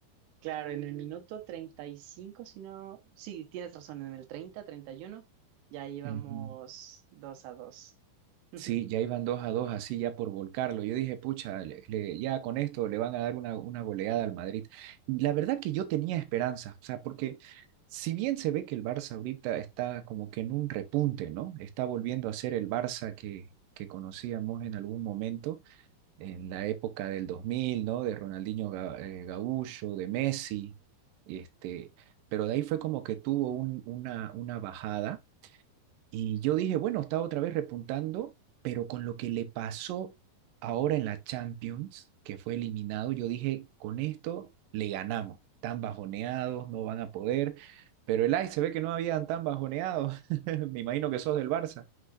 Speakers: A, on the right (about 90°); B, on the right (about 70°).
A: Claro, en el minuto 35, si no, sí, tienes razón, en el treinta, treinta y uno, ya íbamos
B: Ujú.
A: 2 a 2. <laughs>
B: Sí, ya iban dos a dos así ya por volcarlo. Yo dije, pucha, le- le- ya con esto le van a dar una, una goleada al Madrid. Y La verdad que yo tenía esperanza, o sea, porque si bien se ve que el Barça ahorita está como que en un repunte, ¿no? Está volviendo a ser el Barça que, que conocíamos en algún momento, en la época del 2000, ¿no? De Ronaldinho Ga- eh, Gaúcho, de Messi, este, pero de ahí fue como que tuvo un- una, una bajada y yo dije, bueno, está otra vez repuntando, pero con lo que le pasó ahora en la Champions, que fue eliminado, yo dije, con esto le ganamos. Tan bajoneados, no van a poder. Pero el Ajax se ve que no habían tan bajoneados. <laughs> Me imagino que sos del Barça.